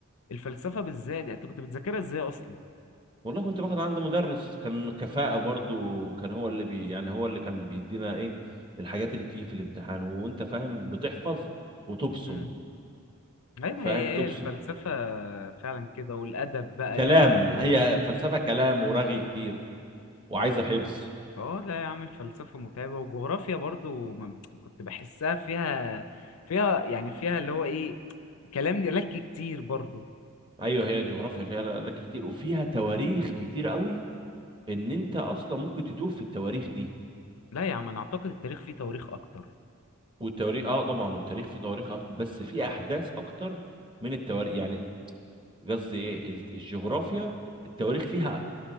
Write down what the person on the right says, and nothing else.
والله كنت باخد عند مدرس كان كفاءة برضو كان هو اللي بي يعني هو اللي كان بيدينا ايه الحاجات اللي بتيجي في الامتحان وانت فاهم بتحفظ وتبصم
فاهم
تبصم
كلام
هي فلسفة كلام ورغي كتير وعايزة
حفظ
ايوه هي جغرافيا فيها لك كتير وفيها تواريخ كتير قوي ان انت اصلا ممكن تتوه في التواريخ دي
والتواريخ اه طبعا والتاريخ فيه تواريخ أص- بس في احداث اكتر من التواريخ يعني قصدي ايه الت- الجغرافيا التواريخ فيها